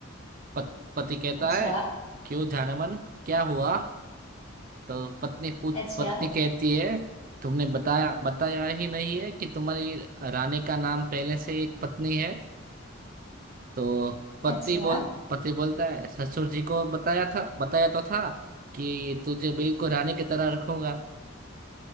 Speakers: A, on the right; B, on the left.
A: पत, पति कहता
B: अच्छा
A: है क्यों जानमन क्या हुआ तो पत्नी पूछ
B: अच्छा
A: पत्नी कहती है तुमने बताया बताया ही नहीं है कि तुम्हारी रानी का नाम पहले से एक पत्नी है तो पति
B: अच्छा
A: बोल पति बोलता है ससुर जी को बताया था बताया तो था कि तुझे बिल्कुल रानी की तरह रखूंगा